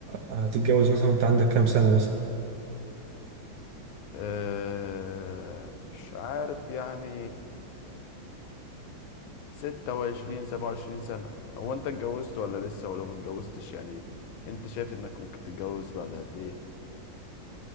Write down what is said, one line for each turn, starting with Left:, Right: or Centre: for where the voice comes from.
Right: هتتجوز مثلا وانت عندك كام سنه مثلا
Left: أه... مش عارف يعني ستة وعشرين سبعة وعشرين سنة هو أنت اتجوزت ولا لسه ولو ما اتجوزتش يعني أنت شايف إنك ممكن تتجوز بعد قد إيه